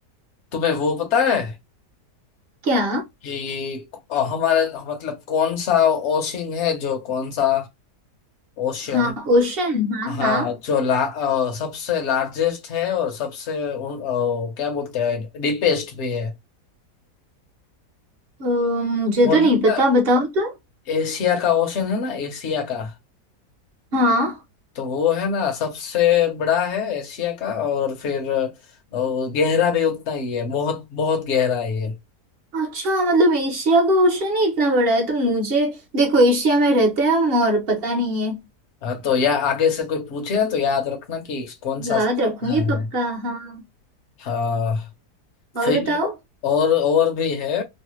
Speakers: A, on the left; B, on the right.
A: तुम्हें वो पता है
B: क्या
A: कि हमारा मतलब कौन सा ओशन है जो कौन सा ओशन
B: हाँ ओशन हाँ
A: हाँ
B: हाँ
A: जो ला, अ, सबसे लार्जेस्ट है और सबसे उन- अ, क्या बोलते हैं डीपेस्ट भी है
B: अ, मुझे
A: वो नहीं
B: तो नहीं पता
A: पता
B: बताओ तुम
A: एशिया का ओशन है ना एशिया का
B: हाँ
A: तो वो है ना सबसे बड़ा है एशिया का और फिर अ, गहरा भी उतना ही है बहुत बहुत गहरा है ये
B: अच्छा मतलब एशिया का ओशन ही इतना बड़ा है तो मुझे देखो एशिया में रहते हैं हम और पता नहीं है
A: हाँ, तो या आगे से कोई पूछे ना तो याद रखना कि कौन
B: याद
A: सा कितना
B: रखूंगी पक्का
A: है
B: हाँ
A: हाँ
B: और
A: फिर
B: बताओ
A: और और भी है